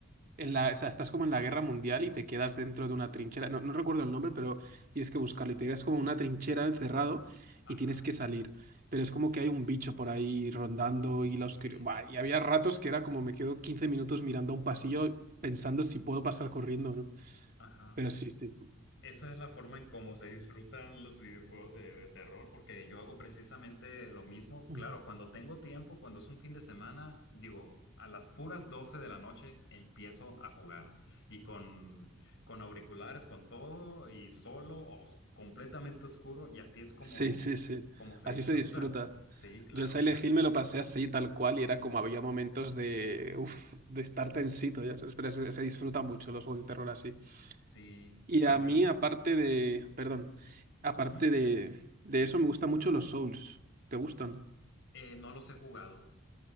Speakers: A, on the right; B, on the left.
A: en la, o sea, estás como en la guerra mundial y te quedas dentro de una trinchera. No, no recuerdo el nombre, pero tienes que buscarlo. Y te quedas como en una trinchera encerrado
B: ajá,
A: y tienes que salir. Pero es como que hay un bicho por ahí rondando
B: ok,
A: y la oscuridad. Buah, Y había ratos que era como me quedo 15 minutos mirando a un pasillo pensando si puedo pasar corriendo o no.
B: ajá.
A: Pero sí, sí.
B: Esa es la forma en cómo se disfrutan los videojuegos de, de terror, porque yo hago precisamente lo mismo. Claro,
A: Mm.
B: cuando tengo tiempo, cuando es un fin de semana, digo, a las puras 12 de la noche empiezo a jugar. Y con, con auriculares, con todo, y solo, o os- completamente oscuro, y así es como,
A: Sí, sí, sí.
B: como se
A: Así
B: disfruta.
A: se disfruta.
B: Sí, claro.
A: Yo el Silent Hill me lo pasé así, tal cual, y era como había momentos de, uf, de estar tensito, ya sabes, pero se, se disfruta mucho los juegos de terror así.
B: Sí,
A: Y
B: también.
A: a mí, aparte de, perdón, aparte
B: Ujú.
A: de, de eso, me gustan mucho los Souls. ¿Te gustan?
B: Eh, no los he jugado.